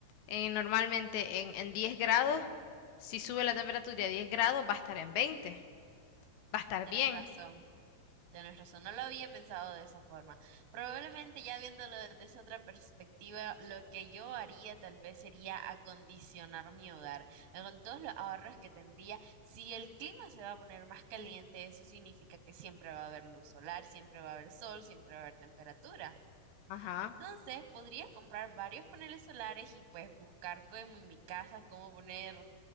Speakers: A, on the left; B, on the right.
A: eh, normalmente en, en 10 grados, si sube la temperatura a 10 grados, va a estar en 20, va a estar
B: Tienes
A: bien.
B: razón. Tienes razón, no lo había pensado de esa forma. Probablemente ya viéndolo desde esa otra perspectiva, lo que yo haría tal vez sería acondicionar mi hogar. Eh, Con todos los ahorros que tendría, si el clima se va a poner más caliente, eso significa que siempre va a haber luz solar, siempre va a haber sol, siempre va a haber temperatura.
A: Ajá.
B: Entonces, podría comprar varios paneles solares y pues buscar como en mi casa cómo poner